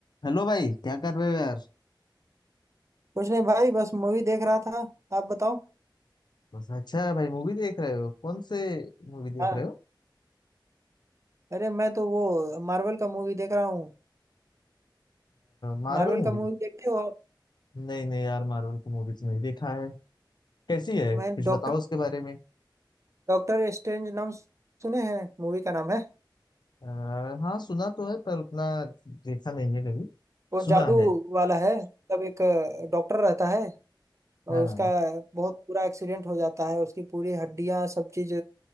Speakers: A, on the left; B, on the right.
A: Hello भाई क्या कर रहे हो यार
B: कुछ नहीं भाई बस मूवी देख रहा था आप बताओ
A: बस अच्छा भाई मूवी देख रहे हो कौन से मूवी देख
B: हाँ
A: रहे हो
B: अरे मैं तो वो मार्वल का मूवी देख रहा हूँ
A: Marvel
B: मार्वल
A: movie
B: का मूवी देखते हो आप
A: नहीं नहीं यार मार्वल की मूवी तो नहीं देखा है कैसी है
B: मैं
A: कुछ
B: डॉक्टर
A: बताओ उसके बारे में
B: डॉक्टर स्ट्रेंज नाम सुने हैं मूवी का नाम है
A: आ, हाँ सुना तो है पर उतना देखा नहीं है कभी
B: वो
A: सुना
B: जादू
A: है
B: वाला है तब एक अ, डॉक्टर रहता है और
A: हाँ
B: उसका बहुत बुरा एक्सीडेंट हो जाता है उसकी पूरी हड्डियां सब चीज